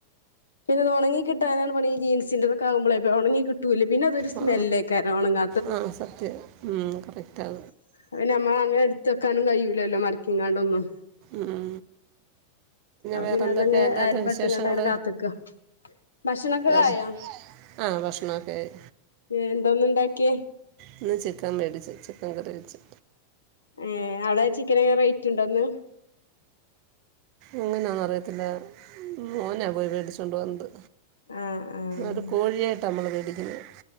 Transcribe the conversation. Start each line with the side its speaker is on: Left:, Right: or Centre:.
Left: പിന്നെതു ഉണങ്ങിട്ടാനാണ് പണി ഈ ജീൻസിന്റെറൊക്കെ ആകുമ്പോേ ഉണങ്ങി കിട്ടൂല്ല പിന്നെ അതരു സ്മെല്ലൊക്കൊയിരുന്നു
Right: ആ
Left: ഉണങ്ങൻ
Right: ആ സത്യം ഉം കറക്റ്റ് ആ
Left: അയിന് ഞമ്മള് അങ്ങനെ എടുത്ത വെക്കാനും കഴിയൂല്ലല്ലോ. മരക്കിങ്ങാണ്ടൊന്നും!
Right: ഉം!
Left: അ
Right: വേറെന്തൊക്കെ
Left: പിന്നെ അതങ്ങ്
Right: അല്ലാതെ
Left: അയാലും പെട്ടങ്ങണ്ട
Right: വിശേഷങ്ങൾ
Left: അങ്ങനെ കാത്തിക്കോ! ഭക്ഷണൊക്കെ
Right: വേറെ
Left: ആയഎന്തോന്ന്
Right: ആ ഭക്ഷണമൊക്കെ ആയി
Left: ഇണ്ടാക്കിയ?
Right: ഇന്ന് ചിക്കൻ മേടിച്ചു. ചിക്കൻ കറി വെച്ചു!
Left: ഏ അവിടെ ചിക്കനൊക്കെ റേറ്റ് ഉണ്ടെന്ന്?
Right: അങ്ങനെയന്നും അറിയത്തില്ല. മോനാ പോയി പേടിച്ചൊണ്ട് വന്നത്!
Left: ആഹ് ആഹ്
Right: ഒരു കോഴിയായിട്ടാ നമ്മള് മേടിക്കുന്നത്!